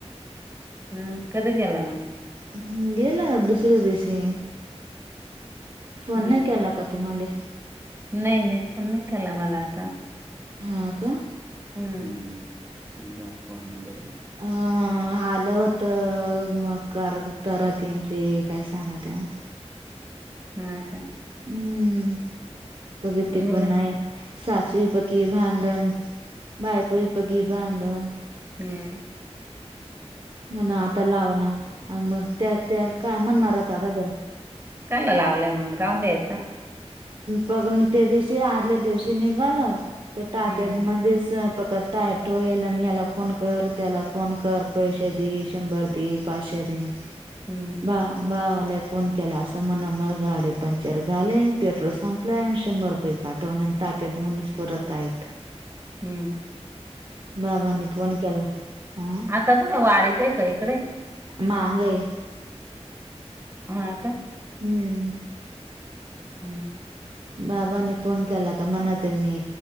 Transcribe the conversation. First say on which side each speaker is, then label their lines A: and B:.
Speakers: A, on the right; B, on the right.
A: हमम कधी गेला मग
B: हमम गेल्या दुसऱ्या दिवशी. फोन
A: हम्म
B: नाही केला का तुम्हाले.
A: नाही नाही फोन नाही केला मला आता.
B: हा का?
A: हमम. एकदा फोन नंबर
B: हाआ आलं होत मग काय तरात्यांची काय <unintelligible>
A: हा काय.
B: हमम प्रगती
A: मला
B: कोणाय? सासरी पकी भांडण बायको पकी भांडण.
A: हमम.
B: म्हणा आता लाव ना मग त्या त्या काय म्हणणारता आता जर.
A: काय लावलंय मग राहून द्यायचं ना.
B: त्या दिवशी आदल्या दिवशी निघाल तर टाक्यात
A: हम्म
B: मधीच पकत. तयटो येल आणि याला फोन कर त्याला फोन कर पैसे दे शंभर दे पाचशे दे.
A: हमम.
B: हा भा भावाला फोन केला असं म्हणा मला गाडी पंक्चर. झाले पेट्रोल संपला शंभर रुपय पाठव टाकेत मणस परताईत.
A: हमम.
B: बाबानी फोन केला हं
A: आता कुठं वाडीत आहे का इकडे
B: <inaudible>
A: हा का.
B: हम्म.
A: <inaudible>
B: बाबांनी फोन केला का म्हनाच मी